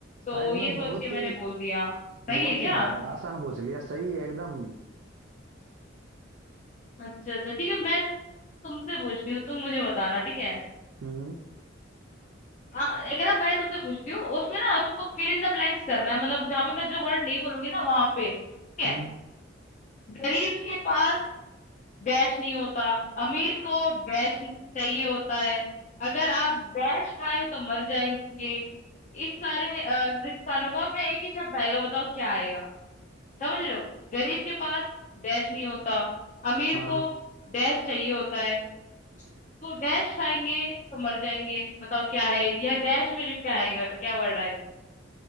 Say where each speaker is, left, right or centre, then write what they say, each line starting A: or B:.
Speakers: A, on the left; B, on the right.
A: तो
B: शायद
A: ये
B: मैं
A: सोच
B: बहुत
A: के मैंने
B: ही
A: बोल दिया
B: बहुत
A: सही है क्या
B: ही है, आसान पूछ लिया सही है एकदम
A: अच्छा अच्छा ठीक है मैं तुमसे पूछती हूँ तुम मुझे बताना ठीक है
B: हम्म
A: हाँ लेकिन ना मैं तुमसे पूछती हूँ उसमें ना तुमको फिल इन द ब्लैंक्स करना है मतलब जहाँ पे मैं जो वर्ड नहीं बोलूंगी ना वहां पे ठीक
B: हम्म
A: है गरीब के पास डैश नहीं होता अमीर को डैश चाहिए होता है अगर आप डैश खाएं तो मर जाएंगे इस सारे अ, रिक्सानों को अपने एक ही शब्द आएगा बताओ क्या आएगा समझ रहे हो गरीब के पास डैश नहीं होता अमीर
B: हाँ
A: को डैश चाहिए होता है तो डैश खाएंगे तो मर जाएंगे बताओ क्या है यह डैश में जो क्या आएगा क्या वर्ड आएगा